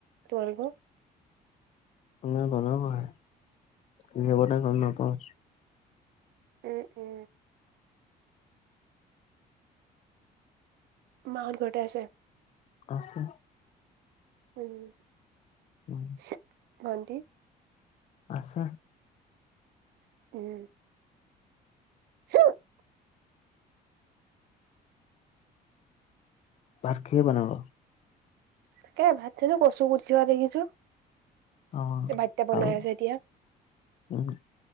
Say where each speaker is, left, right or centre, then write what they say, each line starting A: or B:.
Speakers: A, on the right; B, on the left.
A: তোমালোকৰ?
B: মোৰ বনাব হে, কিহে বনাই গম নাপাওঁ?
A: উম উম টো মাহত ঘৰতে আছে?
B: আছে।
A: উম।
B: উম।
A: চে ভন্টি?
B: আছে।
A: উম। <unintelligible>
B: ভাত খে বনাব?
A: তাকে ভাত থনো কচু পুঠিৱা দেখিছো।
B: অ
A: ভাতকেইটা বনাই
B: আৰু
A: আছে এতিয়া
B: উম।